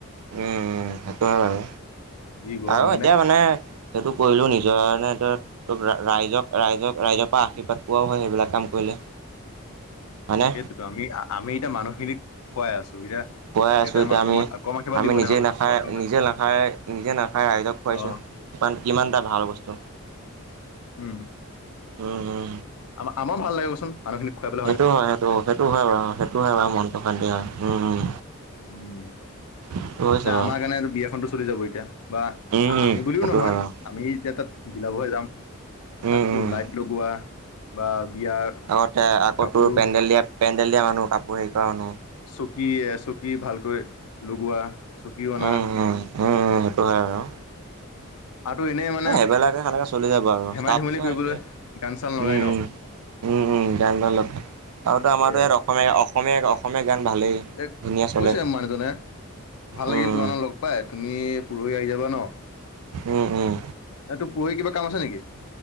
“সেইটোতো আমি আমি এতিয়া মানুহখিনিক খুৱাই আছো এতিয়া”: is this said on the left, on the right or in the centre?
Left